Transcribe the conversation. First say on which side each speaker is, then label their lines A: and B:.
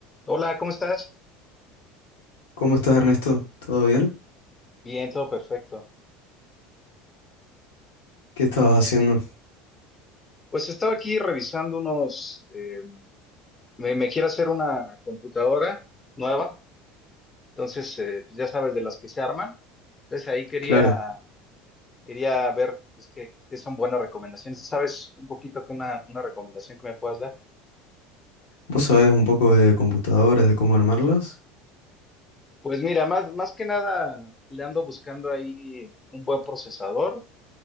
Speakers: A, on the left; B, on the left.
A: Hola, ¿cómo estás?
B: ¿Cómo estás, Ernesto? ¿Todo bien?
A: Bien, todo perfecto.
B: ¿Qué estabas haciendo?
A: Pues estaba aquí revisando unos, eh, me, me quiero hacer una computadora nueva, entonces eh, pues ya sabes de las que se arman. Entonces ahí quería,
B: Claro,
A: quería ver pues, qué, qué son buenas recomendaciones. ¿Tú ¿Sabes un poquito que una, una recomendación que me puedas dar?
B: vos sabés un poco de computadoras, de cómo armarlas.
A: Pues mira, más, más que nada le ando buscando ahí un buen procesador